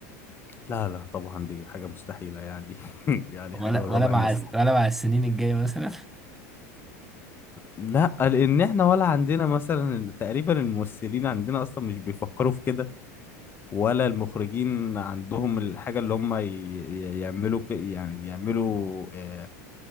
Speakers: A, on the left; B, in the centre.
A: لا لا طبعا دي حاجة مستحيلة يعني <laughs> يعني
B: ولا
A: حاجة من
B: ولا
A: رابع
B: مع
A: المستحيل
B: ولا مع السنين الجاية مثلا <laughs>
A: لا لان احنا ولا عندنا مثلا تقريبا الممثلين عندنا اصلا مش بيفكروا في كده ولا المخرجين عندهم الحاجة اللي هم ي- ي- يعملوا ك- يعني يعملوا آه،